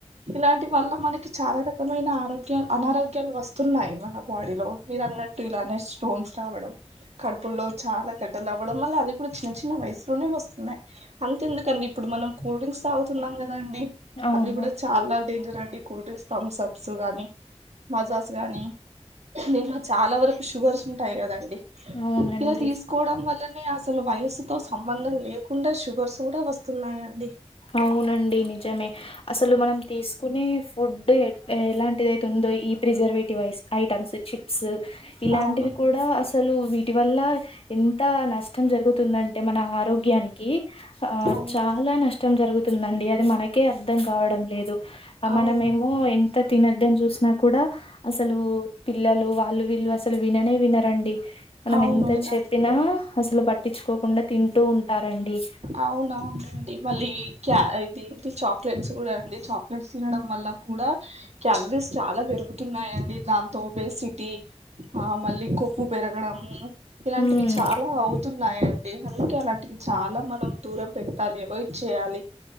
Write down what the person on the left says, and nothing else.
ఆహా
అవునండి
అవునండి నిజమే అసలు మనం తీసుకునే ఫుడ్ ఎలాంటిది అైతుందో ఈ ప్రిజర్వేటివ్ఐ ఐటమ్స్ చిప్స్ ఇలాంటివి
కూడా అసలు వీటి వల్ల ఎంత నష్టం జరుగుతుందంటే మన ఆరోగ్యానికి కి ఆ
చాలా నష్టం జరుగుతుందండి అది మనకి అర్థం కావడం లేదు ఆ
మనమేమో ఎంత తినొద్దని చూసిన కూడా అసలు పిల్లలు వాళ్ళు వీళ్ళు అసలు విననే వినరండి మనం
ఎంత
చెప్పినా అసలు పట్టించుకోకుండా తింటూ ఉంటారండి
హ్మ్